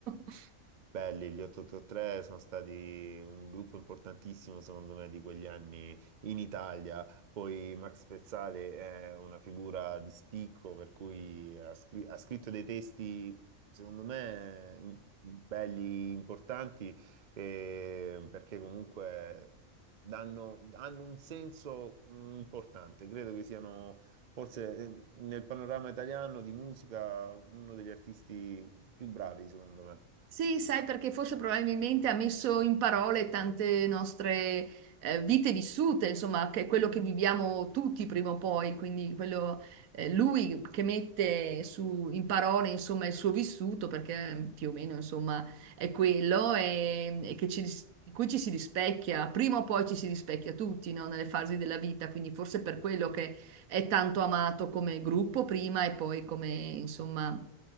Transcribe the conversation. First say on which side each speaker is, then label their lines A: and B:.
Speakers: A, on the right; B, on the right.
A: <laughs>
B: Belli, gli 883 sono stati un gruppo importantissimo secondo me di quegli anni in Italia. Poi Max Pezzale è una figura di spicco per cui ha, scri- ha scritto dei testi secondo me in- belli, importanti, eh, perché comunque danno, hanno un senso mm, importante. Credo che siano forse eh, nel panorama italiano di musica uno degli artisti più bravi secondo me.
A: Sì, sai, perché forse probabilmente ha messo in parole tante nostre eh, vite vissute, insomma, che è quello che viviamo tutti prima o poi, quindi quello, eh, lui che mette su- in parole, insomma, il suo vissuto, perché più o meno, insomma, è quello e, e che ci, ris- in cui ci si rispecchia, prima o poi ci si rispecchia tutti, no? Nelle fasi della vita, quindi forse per quello che è tanto amato come gruppo prima e poi come, insomma,